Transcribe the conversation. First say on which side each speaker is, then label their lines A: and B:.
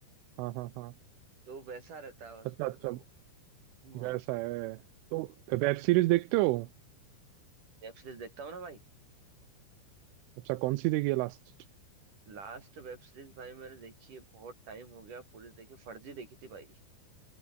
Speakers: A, on the right (about 85°); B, on the right (about 45°).
A: हाँ हाँ हाँ
B: तो वैसा रहता है उसमें
A: अच्छा अच्छा
B: तो हाँ
A: वैसा है तो वेब सीरीज देखते हो
B: वेब सीरीज देखता हूँ ना भाई
A: अच्छा कौन सी देखी है लास्ट
B: लास्ट वेब सीरीज भाई मैंने देखी है बहुत टाइम हो गया पूरी देखी फर्जी देखी थी भाई